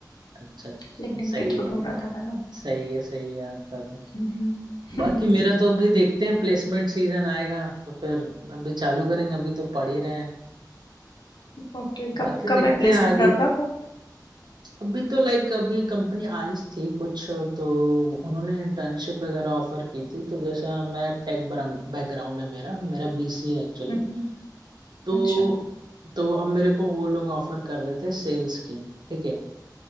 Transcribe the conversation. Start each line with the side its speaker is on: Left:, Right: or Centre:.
Right: अच्छा अच्छा
Left: लिंक्डइन
Right: सही
Left: के थ्रू
Right: है
Left: ढूंढा था मैंने
Right: सही है सही है आपका तो
Left: हम्म हम्म।
Right: बाकी मेरा तो अभी देखते हैं प्लेसमेंट सीजन आएगा तो फिर अभी चालू करेंगे अभी तो पढ़ ही रहे हैं
Left: <laughs> ओके कब
Right: बाकी
Left: कब
Right: देखते
Left: है प्लेसमेंट
Right: हैं आगे
Left: आपका कब
Right: अभी तो लाइक अभी कंपनी आई थी कुछ तो उन्होंने इंटर्नशिप वगैरह ऑफर की थी तो जैसा मैं टेक बैकग्राउंड है मेरा मेरा बीसी है एक्चुअली
Left: हम्म
Right: तो
Left: अच्छा
Right: तो अब मेरे को वो लोग ऑफर कर रहे थे सेल्स की ठीक है